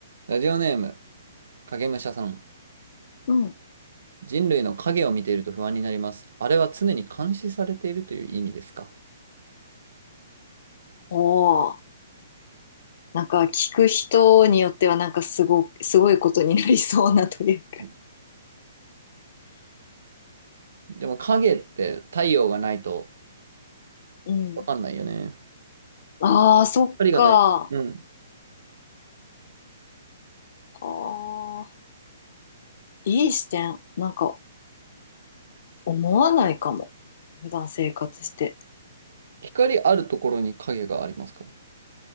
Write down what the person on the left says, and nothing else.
うん。
おお。なんか聞く人によってはなんかすご、すごいことになりそうなというか。
うん。
ああ、そっか。
ああ、いい視点。なんか思わないかも。普段生活して。